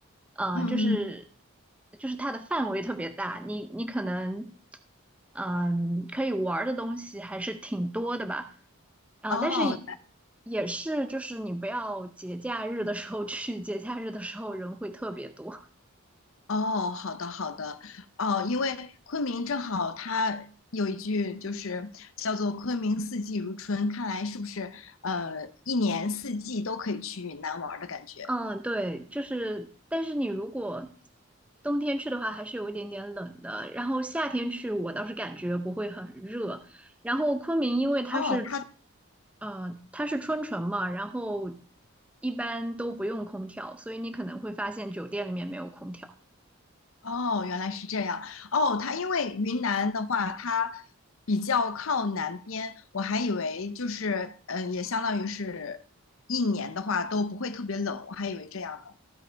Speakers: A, in the centre; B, on the left (about 70°).
A: 呃，
B: 嗯，
A: 就是
B: 嗯
A: 就是它的范围特别大，你你可能嗯可以玩儿的东西还是挺多的吧，啊、
B: 哦
A: 但是也是就是你不要节假日的时候去，节假日的时候人会特别多。
B: 哦，好的好的，哦，因为昆明正好它有一句就是叫做“昆明四季如春”，看来是不是呃一年四季都可以去云南玩儿的感觉？
A: 嗯，对，就是，但是你如果冬天去的话，还是有一点点冷的。然后夏天去，我倒是感觉不会很热。然后昆明，因为它是，
B: 哦，它
A: 呃，它是春城嘛，然后一般都不用空调，所以你可能会发现酒店里面没有空调。
B: 哦，原来是这样。哦，它因为云南的话，它比较靠南边，我还以为就是，嗯，也相当于是一年的话都不会特别冷，我还以为这样呢。